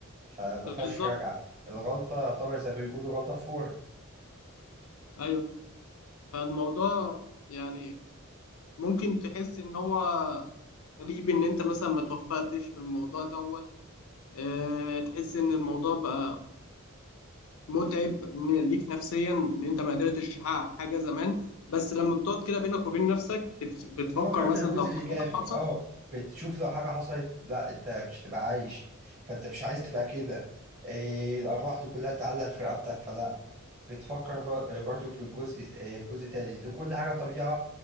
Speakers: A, on the right; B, on the left.
A: فما
B: بالظبط
A: فيهاش رجعة الغلطة طبعا زي ما بيقولوا غلطة فورة
B: أيوه فالموضوع يعني ممكن تحس ان هو غريب ان انت مثلا ما توفقتش في الموضوع دوت اه تحس ان الموضوع بقى متعب ان ليك نفسيا ان انت ما قدرتش تحقق حاجه زمان بس لما بتقعد كده بينك وبين نفسك تف- بتفكر
A: بتفكر
B: مثلا
A: في الجزء
B: لو كان
A: الإيجابي
B: ده حصل
A: أه بتشوف لو حاجة حصلت لا أنت مش هتبقى عايش فأنت مش عايز تبقى كده إيه، الأرواح دي كلها تتعلق في رقبتك فلا بتفكر بر- برضو في جزء آه، جزء تاني ان كل حاجه طبيعه